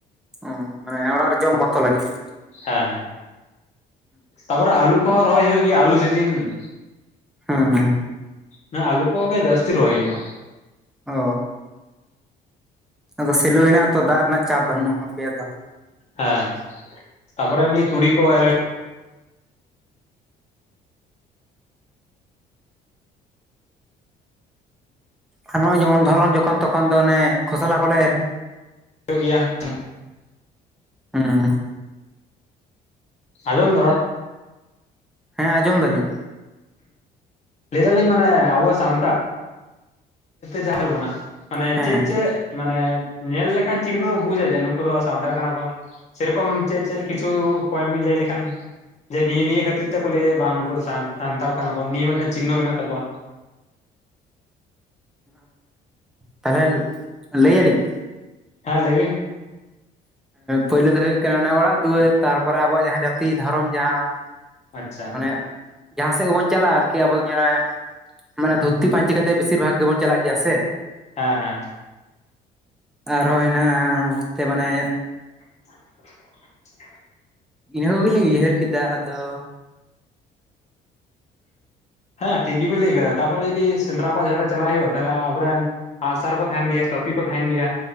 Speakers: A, in the centre; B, on the left (about 40°).
A: ᱚ ᱢᱟᱱᱮ ᱚᱲᱟᱜ ᱨᱮ ᱡᱚᱢ ᱢᱚᱛᱚ ᱞᱟᱹᱜᱤᱫ ᱾
B: ᱦᱮᱸ ᱛᱟᱯᱚᱨᱮ ᱟᱹᱞᱩ ᱠᱚᱦᱚᱸ ᱨᱚᱦᱚᱭ ᱦᱩᱭᱩᱜ ᱜᱮᱭᱟ ᱟᱹᱞᱩ ᱥᱤᱡᱤᱱ ᱾
A: ᱦᱩᱸ ᱾
B: ᱦᱮ ᱟᱹᱞᱩ ᱠᱚᱜᱮ ᱡᱟᱹᱥᱛᱤ ᱨᱚᱦᱚᱭ ᱦᱩᱭᱩᱜᱼᱟ ᱾
A: ᱚ᱾ ᱟᱫᱚ ᱥᱮᱞᱳ ᱦᱮᱱᱟᱜ ᱟᱛᱚ ᱫᱟᱜ ᱨᱮᱱᱟᱜ ᱪᱟᱯ ᱵᱟᱹᱱᱩᱜᱼᱟ ᱟᱯᱮᱭᱟᱜ ᱫᱚ ᱾
B: ᱦᱮᱸ ᱛᱟᱯᱚᱨ ᱮᱢᱱᱤ ᱛᱩᱲᱤ ᱠᱚ ᱮᱨ
A: ᱟᱨ ᱱᱚᱜᱼᱚᱭ ᱡᱮᱢᱚᱱ ᱫᱷᱚᱨᱚᱱ ᱡᱚᱠᱷᱚᱱ ᱛᱚᱠᱷᱚᱱ ᱫᱚ ᱚᱱᱮ ᱠᱷᱚᱥᱚᱞᱟ ᱠᱚᱞᱮ ᱮᱨᱟ᱾
B: ᱦᱩᱭᱩᱜ ᱜᱮᱭᱟ ᱾
A: ᱦᱩᱸ᱾
B: ᱟᱸᱡᱚᱢ ᱫᱟ ᱨᱚᱲ?
A: ᱦᱮᱸ ᱟᱸᱡᱚᱢ ᱫᱟᱞᱤᱧ᱾
B: ᱞᱟᱹᱭ ᱫᱟᱞᱤᱧ ᱢᱟᱱᱮ ᱟᱵᱚ ᱥᱟᱱᱛᱟᱲ ᱡᱟᱦᱟᱸ ᱧᱮᱞ ᱵᱚᱱᱟ ᱢᱟᱱᱮ
A: ᱦᱮᱸ
B: ᱪᱮᱫ ᱪᱮᱫ ᱢᱟᱱᱮ ᱧᱮᱞ ᱞᱮᱠᱷᱟᱱ ᱪᱤᱠᱟᱹ ᱛᱮᱠᱚ ᱵᱩᱡᱟ ᱡᱮ ᱱᱩᱠᱩ ᱫᱚ ᱥᱟᱱᱛᱟᱲ ᱠᱟᱱᱟ ᱠᱚ? ᱥᱮ ᱨᱚᱠᱚᱢ ᱪᱮᱫ ᱪᱮᱫ ᱠᱤᱪᱷᱩ ᱯᱚᱭᱮᱱᱴ ᱵᱤᱱ ᱞᱟᱹᱭ ᱞᱮᱠᱷᱟᱱ᱾ ᱡᱮ ᱱᱤᱭᱟᱹ ᱱᱤᱭᱟᱹ ᱠᱷᱟᱹᱛᱤᱨ ᱛᱮᱠᱚ ᱞᱟᱹᱭᱟ ᱵᱟᱝ ᱱᱩᱠᱩ ᱫᱚ ᱥᱟᱱᱛᱟᱲ ᱠᱟᱱᱟ ᱠᱚ ᱱᱤᱭᱟᱹ ᱢᱤᱫᱴᱟᱝ ᱪᱤᱱᱱᱚ ᱢᱮᱱᱟᱜ ᱛᱟᱠᱚᱣᱟ᱾
A: ᱛᱟᱦᱚᱞᱮ ᱞᱟᱹᱭ ᱟᱞᱤᱧ?
B: ᱦᱮᱸ ᱞᱟᱹᱭ ᱵᱤᱱ᱾
A: ᱯᱳᱭᱞᱳ ᱫᱚ ᱦᱩᱭᱩᱜ ᱠᱟᱱᱟ ᱚᱱᱮ ᱚᱲᱟᱜ ᱫᱩᱣᱟᱹᱨ ᱛᱟᱨᱯᱚᱨᱮ ᱟᱵᱚᱣᱟᱜ ᱡᱟᱦᱟᱸ ᱡᱟᱹᱛᱤ ᱫᱷᱚᱨᱚᱢ ᱡᱟᱦᱟᱸ
B: ᱟᱪᱪᱷᱟ
A: ᱢᱟᱱᱮ ᱡᱟᱦᱟᱸ ᱥᱮᱫ ᱜᱮᱵᱚᱱ ᱪᱟᱞᱟᱜ-ᱟ ᱟᱨᱠᱤ ᱟᱵᱚ ᱫᱚ ᱧᱮᱞ ᱢᱮ ᱢᱟᱱᱮ ᱫᱷᱩᱛᱤ ᱯᱟᱹᱧᱪᱤ ᱠᱟᱛᱮᱫ ᱵᱮᱥᱤᱨ ᱵᱷᱟᱜᱽ ᱜᱮᱵᱚᱱ ᱪᱟᱞᱟᱜ ᱜᱮᱭᱟ ᱥᱮ
B: ᱦᱮᱸ ᱦᱮᱸ
A: ᱟᱨᱦᱚᱸ ᱦᱮᱱᱟᱜ-ᱟ ᱚᱱᱛᱮ ᱢᱟᱱᱮ
B: <inaudible>
A: ᱤᱱᱟᱹ ᱠᱚᱜᱮᱞᱤᱧ ᱩᱭᱦᱟᱹᱨ ᱠᱮᱫᱟ ᱟᱫᱚ
B: ᱦᱮᱸ ᱴᱷᱤᱠ ᱜᱮᱵᱮᱱ ᱞᱟᱹᱭ ᱠᱟᱫᱟ ᱛᱟᱯᱚᱨᱮ ᱡᱩᱫᱤ ᱥᱮᱸᱫᱽᱨᱟ ᱠᱚᱣᱟᱜ ᱡᱟᱦᱟᱸ ᱠᱚ ᱪᱟᱞᱟᱜ ᱦᱩᱭᱩᱜ-ᱟ ᱛᱟᱦᱞᱮ ᱟᱵᱚᱨᱮᱱ ᱟᱸᱜ-ᱥᱟᱨ ᱠᱚ ᱛᱟᱦᱮᱱ ᱜᱮᱭᱟ ᱠᱟᱹᱯᱤ ᱠᱚ ᱛᱟᱦᱮᱱ ᱜᱮᱭᱟ᱾